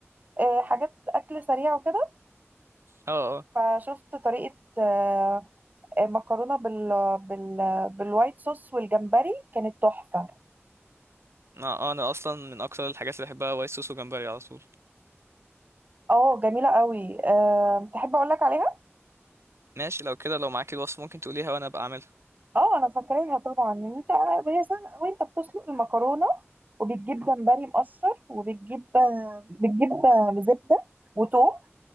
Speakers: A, on the right; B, on the right.
A: آه، حاجات اكل سريع وكده
B: اه اه
A: فشفت طريقة آه، آه، مكرونة بال... بال... بالوايت صوص والجمبري كانت تحفة
B: انا آه، انا اصلا من اكتر الحاجات اللي بحبها وايت صوص وجمبري على طول
A: اه جميلة قوي أه... تحب اقول لك عليها
B: ماشي لو كده لو معاك الوصف ممكن تقوليها وانا ابقى اعملها
A: اه انا فاكراها طبعا ان انت هي سهلة وانت بتسلق المكرونة وبتجيب جمبري مقشر وبتجيب آه، بتجيب آه، زبدة وتوم